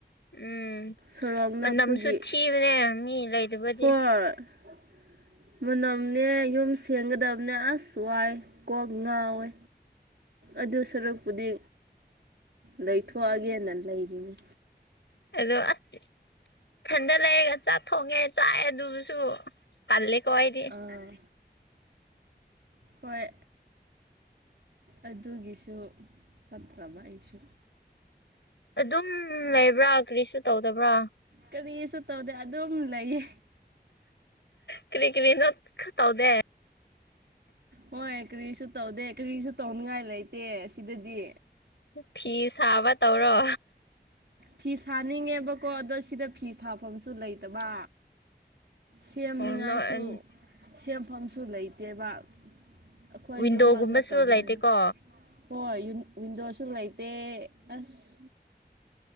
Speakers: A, on the left; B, on the right.
A: ꯎꯝ
B: ꯁꯣꯔꯣꯛ
A: ꯃꯅꯝꯁꯨ
B: ꯅꯛꯄꯒꯤ
A: ꯊꯤꯕꯅꯦ ꯃꯤ ꯂꯩꯇꯕꯗꯤ
B: ꯍꯣꯏ <inaudible> ꯃꯅꯝꯅꯦ ꯌꯨꯝ ꯁꯦꯡꯒꯗꯕꯅꯦ ꯑꯁ ꯋꯥꯏ ꯀꯣꯛ ꯉꯥꯎꯋꯦ ꯑꯗꯨ ꯁꯔꯨꯛꯄꯨꯗꯤ ꯂꯩꯊꯣꯛꯑꯒꯦꯅ ꯂꯩꯔꯤꯅꯤ
A: ꯑꯗꯣ ꯑꯁ ꯏꯊꯟꯗ ꯂꯩꯔꯒ ꯆꯥꯛ ꯊꯣꯡꯉꯦ ꯆꯥꯛꯑꯦ ꯑꯗꯨꯁꯨ ꯇꯜꯂꯦꯀꯣ ꯑꯩꯗꯤ
B: ꯑꯥ ꯍꯣꯏ ꯑꯗꯨꯒꯤꯁꯨ ꯆꯠꯇ꯭ꯔꯕ ꯑꯩꯁꯨ
A: ꯑꯗꯨꯝ ꯂꯩꯕ꯭ꯔꯥ ꯀꯔꯤꯁꯨ ꯇꯧꯗꯕ꯭ꯔꯥ
B: ꯀꯔꯤꯁꯨ ꯇꯧꯗꯦ ꯑꯗꯨꯝ ꯂꯩꯌꯦ
A: ꯀꯔꯤ ꯀꯔꯤꯅꯣ ꯈꯥ ꯇꯧꯗꯦ
B: ꯍꯣꯏ ꯀꯔꯤꯁꯨ ꯇꯧꯗꯦ ꯀꯔꯤꯁꯨ ꯇꯧꯅꯤꯡꯉꯥꯏ ꯂꯩꯇꯦ ꯁꯤꯗꯗꯤ
A: ꯐꯤ ꯁꯥꯕ ꯇꯧꯔꯣ
B: ꯐꯤ ꯁꯥꯅꯤꯡꯉꯦꯕꯀꯣ ꯑꯗꯣ ꯁꯤꯗ ꯐꯤ ꯁꯥꯐꯝꯁꯨ ꯂꯩꯇꯕ ꯁꯦꯝꯅꯤꯡꯉꯥꯏꯁꯨ
A: ꯑꯣ ꯅꯣꯏ
B: ꯁꯦꯝꯐꯝꯁꯨ ꯂꯩꯇꯦꯕ ꯑꯩꯈꯣꯏ
A: ꯋꯤꯟꯗꯣꯒꯨꯝꯕꯁꯨ
B: ꯌꯨꯝꯃꯛ ꯅꯠꯇꯕꯅꯤꯅ
A: ꯂꯩꯇꯦꯀꯣ
B: ꯍꯣꯏ ꯌꯨꯟ ꯋꯤꯟꯗꯣꯁꯨ ꯂꯩꯇꯦ ꯑꯁ